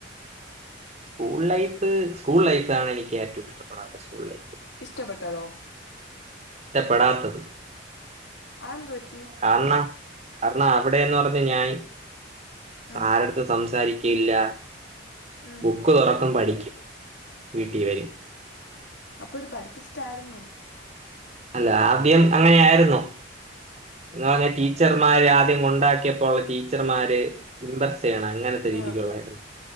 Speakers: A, on the right; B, on the left.
A: സ്കൂൾ ലൈഫ് സ്കൂൾ ലൈഫാണ് എനിക്ക് ഏറ്റവും ഇഷ്ടപ്പെടാത്തെ സ്കൂൾ ലൈഫ്
B: ഇഷ്ടപ്പെട്ടതോ
A: ഇഷ്ടപ്പെടാത്തത്
B: അഹ്‌ന്തുപറ്റി?
A: കാരണം കാരണം അവിടെന്ന് പറഞ്ഞാ ഞാൻ
B: ആ
A: ആരെട് സംസാരിക്കല്ല
B: ആ
A: പോ ബുക്ക് തൊറക്കും പഠിക്കും വീട്ടിവരും
B: അപ്പൊ ഒരു പഠിപ്പിസ്‌റ്റായിരുന്നു
A: അല്ല ആദ്യം അങ്ങനെ ആയിരുന്നു എന്ന്പറഞ്ഞാ ടീച്ചർമാര്
B: ആ
A: ആദ്യം കൊണ്ടാക്കിയപ്പോ ഉള്ള ടീച്ചർമാര് എന്ത അങ്ങനത്തെ
B: ആ
A: രീതിക്കുള്ളായിരുന്നു
B: ആ